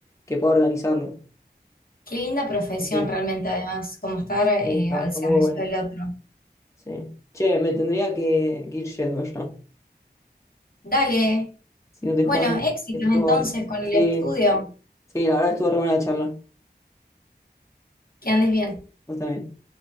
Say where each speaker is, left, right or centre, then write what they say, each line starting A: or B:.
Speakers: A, on the left (about 15°); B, on the left (about 55°).
A: que pueda organizarlo.
B: qué linda profesión
A: Sí,
B: realmente además, como estar
A: sí,
B: eh,
A: está,
B: al
A: está
B: servicio
A: muy bueno.
B: del otro.
A: Sí. Che, me tendría que que ir yendo ya.
B: Dale.
A: Si no te
B: Bueno,
A: jodés,
B: éxitos
A: estuvo.
B: entonces con
A: Sí,
B: el estudio.
A: sí, la verdad estuvo re buena la charla.
B: Que andes bien.
A: Vos también.